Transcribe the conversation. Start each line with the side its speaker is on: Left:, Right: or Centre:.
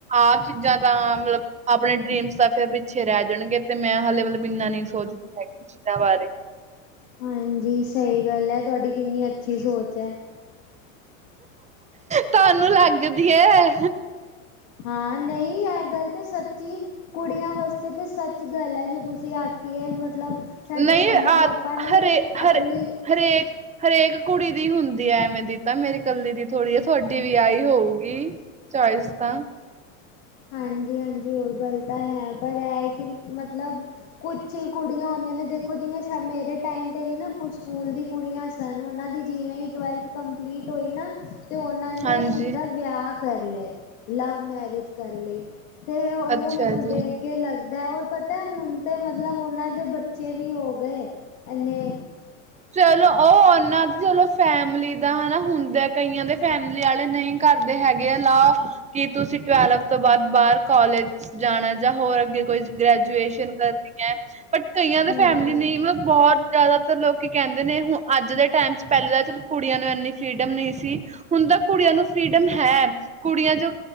Right: ਆਪ ਚੀਜ਼ਾਂ ਤਾਂ ਮਤਲਬ ਆਪਣੇ ਡ੍ਰਰੀਮਸ ਬਸ, ਫੇਰ ਪਿੱਛੇ ਰਹਿ ਜਾਣਗੇ ਤੇ ਮੈਂ ਹਲੇੇ ਮਤਲਬ ਇੰਨਾ ਨਹੀਂ ਸੋਚਦੀ ਹੈਗੀ ਚੀਜ਼ਾਂ ਬਾਰੇ।
Left: ਹਾਂਜੀ, ਸਹੀ ਗੱਲ ਹੈ ਤੁਹਾਡੀ, ਕਿੰਨੀ ਅੱਛੀ ਸੋਚ ਹੈ।
Right: ਤੁਹਾਨੂੰ ਲੱਗਦੀ ਹੈ।
Left: ਹਾਂ ਨਹੀਂ ਇਹ ਗੱਲ ਤਾਂ ਸੱਚੀ। ਕੁੜੀਆਂ ਵਾਸਤੇ ਤਾਂ ਸੱਚ ਗੱਲ ਹੈ ਜੋ ਤੁਸੀਂ ਆਖੀ ਹੈ ਮਤਲਬ। ਸਾਡੇ
Right: ਨਹੀਂ
Left: ਮੰਮੀ
Right: ਆ
Left: ਪਾਪਾ ਨੇ
Right: ਹਰੇ
Left: ਆਪਣੀ
Right: -ਹਰੇ ਹਰੇਕ -ਹਰੇਕ ਕੁੜੀ ਦੀ ਹੁੰਦੀ ਹੈ ਐਵੇਂ ਦੀ, ਤਾਂ ਮੇਰੀ ਕੱਲੀ ਦੀ ਥੋੜ੍ਹੀ ਹੈ ਤੁਹਾਡੀ ਵੀ ਆਈ ਹੋਊ। ਕੀ ਚੌਇਸ ਤਾ
Left: ਹਾਂਜੀ- ਹਾਂਜੀ ਉਹ ਗੱਲ ਤਾਂ ਹੈ, ਪਰ ਇਹ ਕਿ ਮਤਲਬ ਕੁਛ ਕੁੜੀਆਂ ਹੁੰਦੀਆਂ ਨੇ, ਦੇਖੋ ਜਿਵੇਂ ਮੇਰੇ ਟਾਈਮ ਤੇ ਵੀ ਨਾ ਕੁਛ ਸਕੂਲ ਦੀ ਕੁੜੀਆਂ ਸਨ, ਉਹਨਾਂ ਦੀ ਜਿਵੇਂ ਟਵੈਲਥ ਕੰਪਲੀਟ ਹੋਈ ਨਾ ਤੇ ਉਹਨਾਂ ਨੇ
Right: ਹਾਂਜੀ
Left: ਸਿੱਧਾ ਵਿਆਹ ਕਰ ਲਏ, ਲਵ ਮੈਰਿਜ ਕਰ ਲਈ। ਤੇ ਉਹੀਓ
Right: ਅੱਛਾ
Left: ਮੈਨੂੰ
Right: ਜੀ।
Left: ਦੇਖ ਕੇ ਲੱਗਦਾ ਹੈ ਪਤਾ ਹੁਣ ਤੇ ਮਤਲਬ ਉਹਨਾਂ ਦੇ ਬ ਬੱਚੇ ਵੀ ਹੋ ਗਏ ਐਨੇ।
Right: ਚਲੋ ਉਹ ਓਹ ਨਾਂ ਚਲੋ ਫੈਮਿਲੀ ਦਾ ਹੈਨਾ ਹੁੰਦਾ, ਕਈਆਂ ਦੇ ਫੈਮਿਲੀ ਵਾਲੇ ਨਹੀਂ ਕਰਦੇ ਹੈਗੇ ਆ ਲਾ। ਕੀ ਤੁਸੀਂ ਟਵੈਲਵ ਤੋਂ ਬਾਅਦ ਬਾਹਰ ਕਾਲੇਜ ਜਾਣਾ ਜਾਂ ਹੋਰ ਅੱਗੇ ਕੋਈ ਗ੍ਰੈਜੂਏਸ਼ਨ ਕਰਨੀ ਹੈ। ਬਟ, ਕਈਆਂ ਦੇ
Left: ਹਾਂਜੀ
Right: ਫੈਮਿਲੀ ਨੇ ਮਤਲਬ ਬਹੁਤ ਜ਼ਿਆਦਾਤਰ ਲੋਕ ਕੀ ਕਹਿੰਦੇ ਨੇ, ਦੇ ਹੁਣ ਅੱਜ ਦੇ ਟਾਈਮ ਚ ਪਹਿਲੇ ਟੈਮ ਤਾਂ ਚਲ ਕੁੜੀਆਂ ਨੂੰ ਇੰਨੀ ਫਰੀਡਮ ਨਹੀਂ ਸੀ, ਹੁਣ ਤਾਂ ਕੁੜੀਆਂ ਨੂੰ ਫਰੀਡਮ ਹੈ, ਕੁੜੀਆਂ ਜੋ